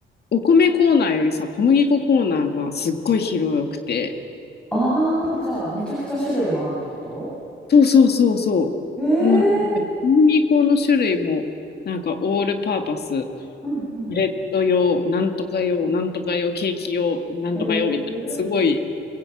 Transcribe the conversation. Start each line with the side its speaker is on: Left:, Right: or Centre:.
Left: お米コーナーよりさ、小麦粉コーナーがすっごい広くて、
Centre: ああー、じゃあめちゃくちゃ種類もあるってこと
Left: そうそうそうそう。
Centre: ええ
Left: もうなんかね、小麦粉の種類も、なんかオールパーパス、
Centre: うんうん。
Left: ブレッド用、なんとか用、なんとか用、ケーキ用、なんとか用みたいな、
Centre: えー、
Left: すごい